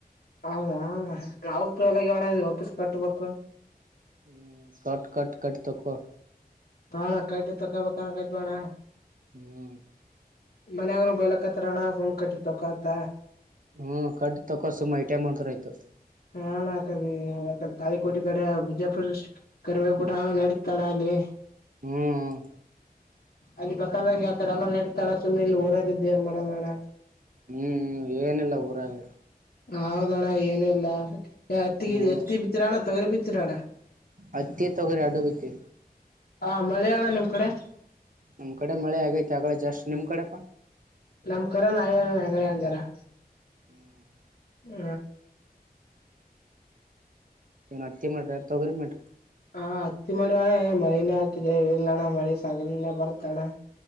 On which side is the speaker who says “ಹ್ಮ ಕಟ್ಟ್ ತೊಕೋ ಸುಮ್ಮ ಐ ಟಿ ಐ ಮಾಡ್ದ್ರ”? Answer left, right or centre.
Right